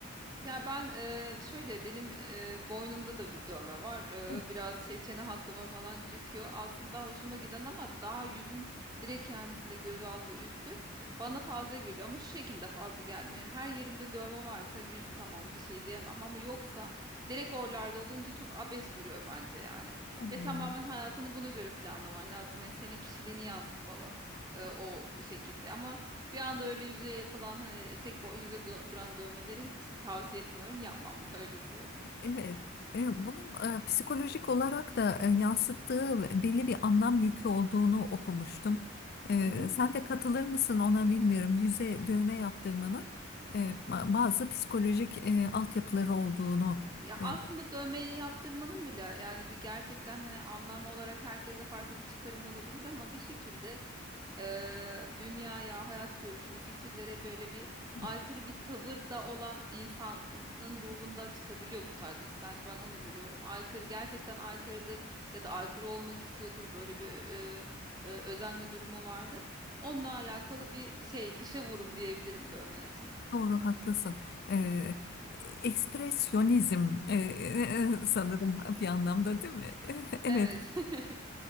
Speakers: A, on the right; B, on the left.
A: Ya ben eee, şöyle benim eee, boynumda da bir dövme var. Eee,
B: Evet,
A: biraz şey çene hattıma falan çıkıyor. Aslında hoşuma giden ama daha yüzün direkt kendisinde gözaltı üstü bana fazla geliyor ama şu şekilde fazla gelmiyor. Yani Her yerinde dövme varsa yüz tamam bir şey diyemem ama yoksa direkt oralarda olunca çok abes duruyor bence yani.
B: evet.
A: Ve tamamen hayatını buna göre planlaman lazım. Yani senin kişiliğini yansıtmalı eee, o şekilde ama bir anda öyle yüzeye yapılan hani tek o yüze du- duran dövmeleri hiç tavsiye etmiyorum. Yapmam da <laughs> öyle söyleyeyim.
B: Evet, e, bunun e, psikolojik olarak da e, yansıttığı belli bir anlam yükü olduğunu okumuştum. E,
A: Hı hı.
B: sen de katılır mısın ona bilmiyorum. Yüze dövme yaptırmanın e, ba- bazı psikolojik e, altyapıları olduğunu.
A: Ya
B: e,
A: aslında dövmeyi yaptırmanın bile yani bir gerçekten hani anlam olarak herkese farklı bir çıkarım olabilir ama bir şekilde e, dünyaya, hayat görüşüne, fikirlere böyle bir aykırı
B: evet,
A: bir tavırda olan insanın ruhunda çıkabiliyor bu tarz istenç. Ben onu görüyorum. Aykırı gerçekten aykırıdır ya da aykırı olmak istiyordur. Böyle bir e, e, özenme durumu vardır. Onunla alakalı bir şey dışa vurum diyebilirim dövmen için.
B: doğru haklısın. E, ekspresyonizm e, e, e, sanırım bir anlamda değil mi? <laughs> Evet.
A: Evet. <laughs>